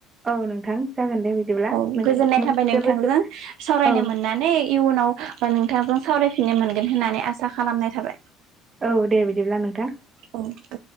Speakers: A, on the right (about 30°); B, on the right (about 70°).
A: औ नोंथां जागोन। दे बिदिब्ला
B: औ
A: नोंथांसिम
B: गोजोननाय थाबाय नोंथांजों
A: जोबोद
B: सावरायनो
A: औ
B: मोननानै इयुनाव नोंथांजों सावरायफिननो मोनगोन होननानै आसा खालामनाय थाबाय
A: औ दे बिदिब्ला नोंथां
B: औ गोजोन